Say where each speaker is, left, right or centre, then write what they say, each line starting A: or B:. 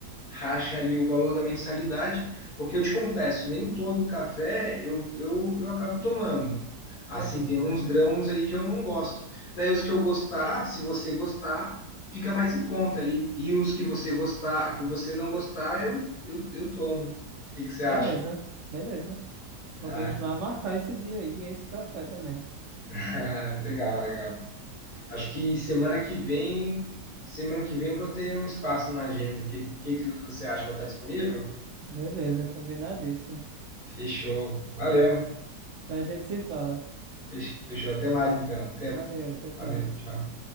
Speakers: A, on the left; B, on the right.
A: racha ali o valor da mensalidade, porque eu te confesso, nem todo café eu, eu, eu acabo tomando. Assim,
B: Entendi.
A: tem uns grãos ali que eu não gosto. Daí os que eu gostar, se você gostar, fica mais em conta ali. E os que você gostar, que você não gostar, eu, eu, eu tomo. O que que você acha?
B: Beleza, beleza. Podemos
A: Ah,
B: ma- marcar esse dia aí, e esse café também.
A: <laughs> legal, legal. Acho que semana que vem, semana que vem eu vou ter um espaço na agenda. O que, que, que você acha? Vai estar disponível?
B: Beleza, combinadíssimo.
A: Fechou. Valeu.
B: Então a gente se fala.
A: Fech- Fechou. Até mais então. Até...
B: Valeu, tchau, tchau.
A: Valeu. Tchau.